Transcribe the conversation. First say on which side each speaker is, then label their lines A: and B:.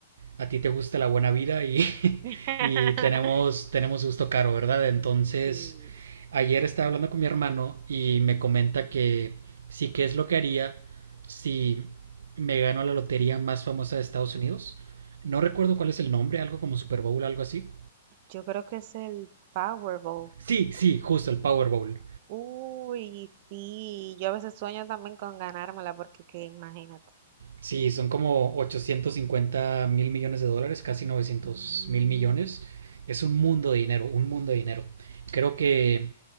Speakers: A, on the right; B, on the right.
A: a ti te gusta la buena vida y, <laughs>
B: <laughs>
A: y tenemos, tenemos gusto caro, ¿verdad? Entonces,
B: Sí,
A: ayer estaba hablando con mi hermano y me comenta que sí que es lo que haría si me gano la lotería más famosa de Estados Unidos. No recuerdo cuál es el nombre, algo como Super Bowl, algo así.
B: yo creo que es el Powerball.
A: Sí, sí, justo el Power Bowl.
B: Uy, sí, yo a veces sueño también con ganármela porque que imagínate.
A: Sí, son como ochocientos cincuenta mil millones de dólares, casi novecientos
B: Mm,
A: mil millones. Es un mundo de dinero, un mundo de dinero. Creo que